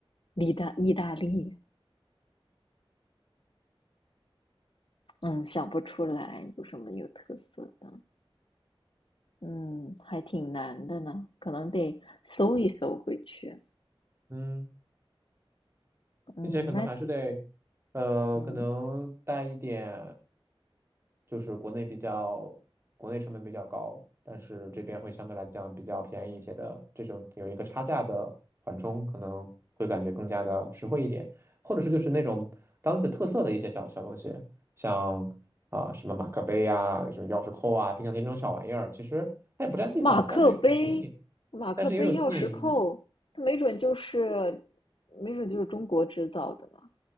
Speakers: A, on the left; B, on the right.
A: 意大意大利，嗯，想不出来有什么有特色的，嗯，还挺难的呢，可能得搜一搜回去。
B: 嗯，
A: 嗯，
B: 并且可能还是得，
A: 那
B: 呃，
A: 嗯，
B: 可能带一点，就是国内比较，国内成本比较高，但是这边会相对来讲比较便宜一些的，这种有一个差价的缓冲，可能会感觉更加的实惠一点，或者是就是那种当地的特色的一些小小东西，像啊、什么马克杯啊，什么钥匙扣啊，冰箱贴这种小玩意儿，其实它也不占地方，
A: 马克杯，
B: 但是有便宜。
A: 马克杯钥匙扣，
B: 但是也有纪念意义。
A: 它没准就是，没准就是中国制造的呢，